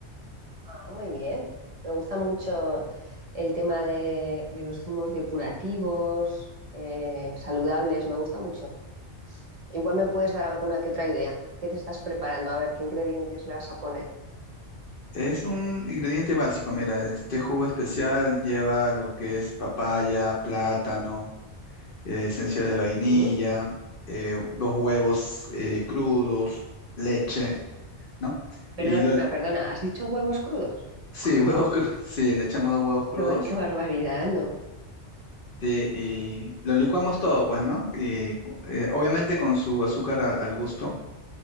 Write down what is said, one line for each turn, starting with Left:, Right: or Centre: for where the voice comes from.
Right: Ah, Muy bien. Me gusta mucho el tema de, de los zumos depurativos, eh, saludables, me gusta mucho. Igual me puedes dar alguna que otra idea. ¿Qué te estás preparando? A ver, ¿qué ingredientes le vas a poner?
Left: Es un ingrediente básico, mira, este jugo especial lleva lo que es papaya, plátano, eh, esencia de vainilla,
Right: Ujú.
Left: eh, dos huevos eh, crudos, leche, ¿no?
Right: Perdona,
Left: Y lo,
Right: perdona, ¿has dicho huevos crudos?
Left: sí,
Right: ¿Crudos?
Left: <laughs> huevos crudos, sí, le echamos dos huevos crudos
Right: Qué, bar- qué barbaridad, ¿no?
Left: Sí, y lo licuamos todo, pues, ¿no? Y, eh, obviamente con su azúcar a- al gusto